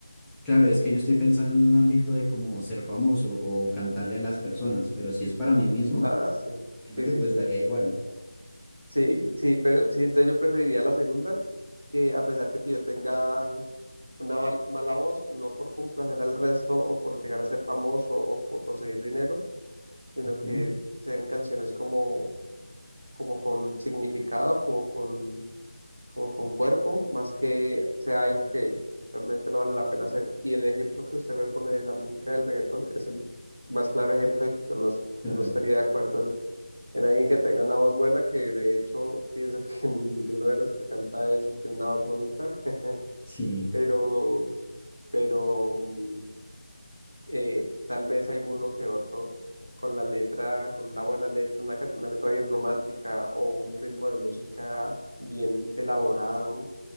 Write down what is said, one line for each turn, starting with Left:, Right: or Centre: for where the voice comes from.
Centre: claro, es que yo estoy
Right: sí.
Centre: pensando en un ámbito de como ser famoso o cantarle a las personas, pero si es para mí mismo,
Right: Ah, sí.
Centre: siento
Right: Sí,
Centre: que
Right: sí,
Centre: pues
Right: sí.
Centre: daría igual.
Right: Sí, sí, pero sí, entonces yo preferiría la segunda, que a pesar de que yo tenga una val- mala voz, no por complacer al resto o por llegar a ser famoso o por conseguir dinero, sino
Centre: Ujú,
Right: que sean canciones como, como con significado, como con, como con cuerpo, más que sea algo que realmente no vale la pena hacer. Y el ejemplo que usted me pone de la música del reggaetón es el más claro ejemplo de que yo no,
Centre: claro,
Right: no estaría de acuerdo en alguien que tenga una voz buena, que de hecho pienso que <laughs> ninguno de los que canta eso tiene una voz bonita, <laughs>
Centre: sí,
Right: pero, pero mm, eh, tal vez alguno que otro con la letra, con una buena letra, una, ca- una letra bien romántica o un ritmo de música bien elaborado,